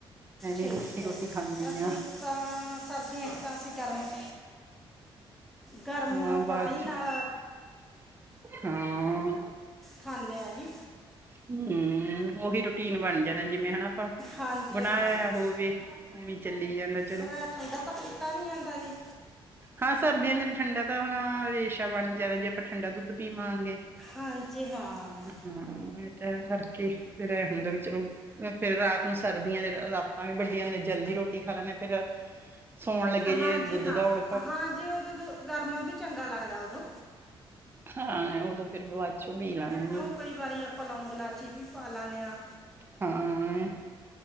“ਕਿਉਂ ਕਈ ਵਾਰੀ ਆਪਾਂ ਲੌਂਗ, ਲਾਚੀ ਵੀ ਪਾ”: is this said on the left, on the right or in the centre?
Centre